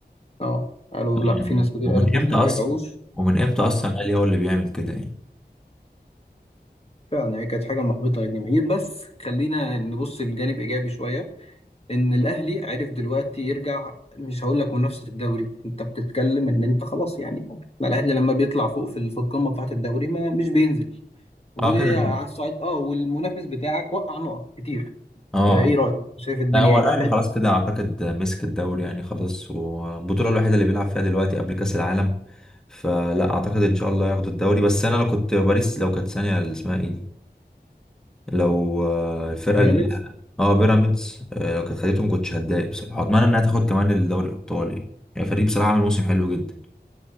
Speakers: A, on the left (about 35°); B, in the centre.
A: اه قالوا لا
B: يعني
A: في ناس كتير
B: ومن
A: قالت لسه
B: امتى اصلا
A: ما رجعوش
B: ومن امتى اصلا قال هو اللي بيعمل كده يعني
A: فعلا هي كانت حاجة محبطة للجماهير بس خلينا نبص لجانب إيجابي شوية إن الأهلي عرف دلوقتي يرجع مش هقول لك منافسة الدوري أنت بتتكلم إن أنت خلاص يعني ما الأهلي لما بيطلع فوق في في القمة بتاعة الدوري ما مش بينزل وعلى
B: اه كده كده
A: الصعيد أه والمنافس بتاعك وقع نقط كتير
B: اه
A: فإيه رأيك؟ شايف الدنيا
B: لا هو الاهلي
A: إيه في الحتة؟
B: خلاص كده اعتقد مسك الدوري يعني خلاص والبطوله الوحيده اللي بيلعب فيها دلوقتي قبل كاس العالم فلا اعتقد ان شاء الله ياخدوا الدوري بس انا لو كنت باريس لو كانت ثانيه اللي اسمها ايه دي لو آه، الفرقه
A: بيراميدز؟
B: اللي اه بيراميدز آه، لو كانت خدته ما كنتش هتضايق بصراحه اتمنى انها تاخد كمان الدوري الايطالي يعني فريق بصراحه عمل موسم حلو جدا